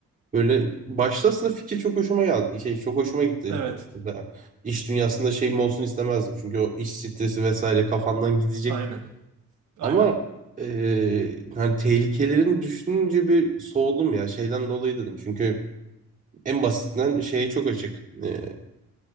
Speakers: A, on the right (about 25°); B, on the right (about 70°).
A: Böyle başta aslında fikir çok hoşuma geldi. Şey, çok hoşuma gitti.
B: Evet.
A: Mesela iş dünyasında şeyim olsun istemezdim. Çünkü o iş stresi vesaire kafandan gidecek
B: Aynen.
A: gibi.
B: Aynen.
A: Ama e, hani tehlikelerini düşününce bir soğudum ya şeyden dolayı dedim. Çünkü en basitinden şeye çok açık. E,